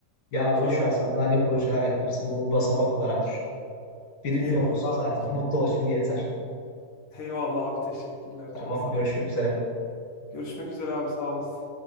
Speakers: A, on the left; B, on the left.
A: Ya
B: Şey
A: boş
B: oldu.
A: ver sen daha ne
B: yani.
A: projeler yaparsın. Bu basamak olarak düşün. Birinci
B: Eyvallah
A: olmuşsun zaten.
B: abi.
A: Mutlu ol şimdi yeter.
B: Eyvallah abi teşekkürler.
A: Tamam
B: Çok sağ
A: görüşmek
B: olasın.
A: üzere.
B: Görüşmek üzere abi sağ olasın.